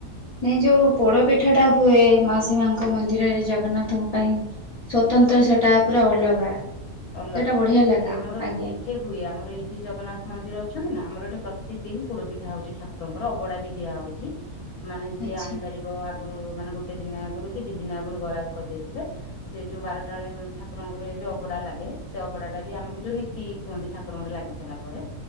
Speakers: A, on the left; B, on the left.
A: ନାଇଁ ଯୋଉ ପୋଡ ପିଠା ଟା ହୁଏ ମାଉସୀ ମାଙ୍କ ମନ୍ଦିରରେ ଜଗନ୍ନାଥଙ୍କ ପାଇଁ। ସ୍ଵତନ୍ତ୍ର ସେଟା ପୁରା ଅଲଗା ସେଇଟା
B: ଅଲଗା।
A: ବଢିଆ ଲାଗେ
B: ଆମର
A: ଆଜ୍ଞା।
B: ଏଠି ହୁଏ ଆମର ଏଇଠି ଜଗନ୍ନାଥ ମନ୍ଦିର ଅଛନ୍ତି ନା ଆମର ଏଠି ପ୍ରତିକ ଦିନ ପୋଡ଼ ପିଠା ହଉଛି ଠାକୁ <inaudible> ଅଭଡ଼ା ବି ଦିଆ ହଉଛି। ମାନେ ଯିଏ
A: ଆଚ୍ଛା
B: ଆଣିପାରିବ ଆଗରୁ ମାନେ ଗୋଟେ ଦିନ ଆଗରୁ କି ଦି ଦିନ ଆଗରୁ ବରାଦ କରିଦେଇଥିଲେ। ସେ ଯୋଉ ବାରଟା
A: ଆଜ୍ଞା।
B: ବେଳେ ଠାକୁରଙ୍କ ଗୋଟେ ଯୋଉ ଅଭଡ଼ା ଲାଗେ। ସେ ଅଭଡାଟା ବି ଆମ ଯୋଉ ନୀତି କୁହନ୍ତି ଠାକୁରଙ୍କଠୀ ଲାଗି ସାରିଲା ପରେ।